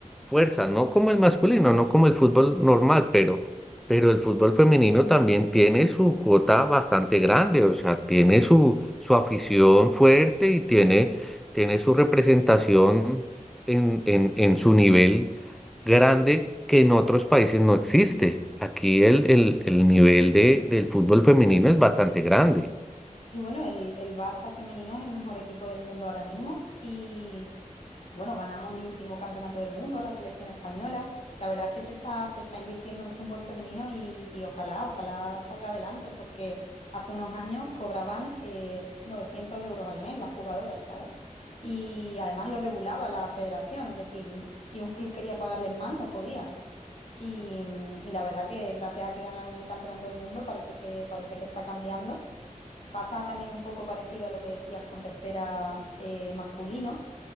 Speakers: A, in the centre; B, on the left.
A: fuerza, no como el masculino, no como el fútbol normal, pero, pero el fútbol femenino también tiene su cuota bastante grande, o sea, tiene su, su afición fuerte y tiene, tiene su representación en, en en su nivel grande que en otros países no existe. Aquí el, el, el nivel de, del fútbol femenino es bastante grande.
B: Y bueno, el, el Barça femenino es el mejor equipo del mundo ahora mismo y Bueno, ganamos el último campeonato del mundo, la selección española. La verdad es que se está, se está invirtiendo en fútbol femenino y, y ojalá, ojalá salga adelante, porque hace unos años cobraban eh, 900 euros al mes las jugadoras, ¿sabes? Y además lo regulaba la federación, es decir, n- si un club quería pagarles más, no podían. Y, mm, y la verdad que gracias a que ganaron el campeonato del mundo, parece que, parece que está cambiando. Pasa también un poco parecido a lo que decías con tercera eh, masculino